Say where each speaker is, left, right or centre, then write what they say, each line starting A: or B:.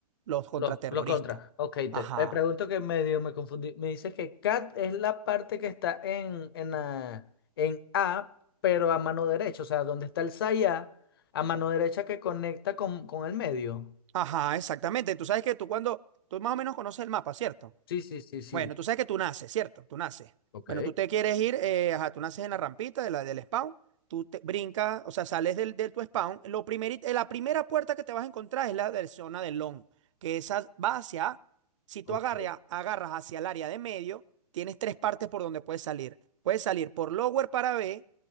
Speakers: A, on the right; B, on the left.
A: los contraterroristas.
B: Los, los contras. Ok,
A: Ajá,
B: te, te pregunto que medio me confundí. Me dices que cat es la parte que está en, en, la- en A, pero a mano derecha. O sea, donde está el saya, a mano derecha que conecta con, con el medio.
A: ajá, exactamente. Tú sabes que tú cuando, tú más o menos conoces el mapa, ¿cierto?
B: Sí, sí, sí, sí.
A: Bueno, tú sabes que tú naces, ¿cierto? Tú naces.
B: Ok,
A: Bueno, tú te quieres ir, eh, ajá, tú naces en la rampita de la, del spawn, tú te brincas, o sea, sales del, del tu spawn. Lo primeri- eh, la primera puerta que te vas a encontrar es la de zona del long, que esa va hacia, si tú
B: ok.
A: agarra- agarras hacia el área de medio, tienes tres partes por donde puedes salir. Puedes salir por lower para B,